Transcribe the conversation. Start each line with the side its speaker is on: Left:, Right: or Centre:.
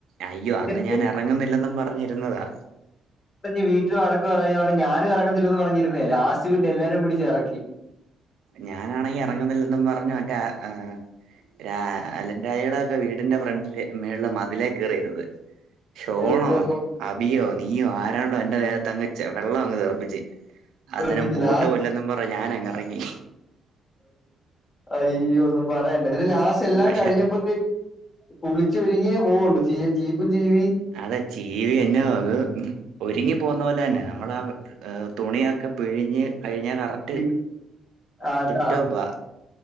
Right: അയ്യോ
Left: ഇതൊക്കെ
Right: അന്ന് ഞാൻ ഇറങ്ങുന്നില്ലെന്നും പറഞ്ഞിരുന്നതാ
Left: പറഞ്ഞ് വീട്ട വഴക്ക പറഞ്ഞ പറഞ്ഞ് ഞാനും ഇറങ്ങുന്നില്ലന്ന് പറഞ്ഞിരുന്നേല്ലേ ആശുവിന്നെ എല്ലാരും പിടിച്ച് ഇറക്കി
Right: ഞാനാണെങ്കിൽ ഇറങ്ങുന്നില്ലെന്നും പറഞ്ഞു മറ്റേ ആഹ് രാ അലൻരായയുടെ ഒക്കെ വീടിന്റെ ഫ്രണ്ടില് മേളില് മതിലേ കയറിയിരന്ന്. ഷോണോ
Left: എന്റെ
Right: അബിയോ നീയോ ആരാണ്ടോ എന്റെ ദേഹത്ത് അങ്ങ് വെള്ളം അങ്ങ് തെറിപ്പിച്ച്.
Left: പൊന്നൂറുപ്പിച്ച്
Right: അന്നേരം പോട്ട്
Left: ലാസ്റ്റ്
Right: പോല്ലെന്നും പറഞ്ഞ് ഞാനങ്ങ ഇറങ്ങി.
Left: അയ്യോ ഒന്നും പറയണ്ട നിന്റെ ലാസ്റ്റ് എല്ലാം
Right: പക്ഷെ
Left: കഴിഞ്ഞപ്പോത്തേക്ക്. കുളിച്ചൊരുങ്ങിയേ പോവൊള്ളൂ ചീ ചീപ്പും ചീവി.
Right: അതാ ചീവി എന്നന്നെതൊ വറും. ഒരുങ്ങി പോന്നോലന്ന നമ്മൾ ആഹ് തുണിയൊക്കെ പിഴിഞ്ഞ് കഴിഞ്ഞാ കറക്റ്റ്.
Left: <inaudible> ആട്ടാ
Right: ടിപ്ടോപ്പാ